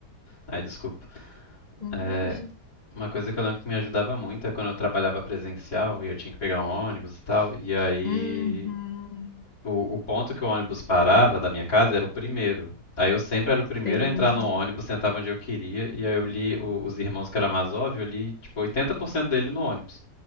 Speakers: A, on the left; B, on the left.
A: Ai, desculpa.
B: Hum,
A: É,
B: Não, mas...
A: uma coisa que eu lembro que me ajudava muito é quando eu trabalhava presencial e eu tinha que pegar um ônibus e tal. E aí
B: Uhum,
A: O, o ponto que o ônibus parava da minha casa era o primeiro. Aí eu sempre era o primeiro
B: sim.
A: a entrar no ônibus, sentava onde eu queria, e aí eu li o- Os Irmãos Karamazov, eu li tipo 80% dele no ônibus.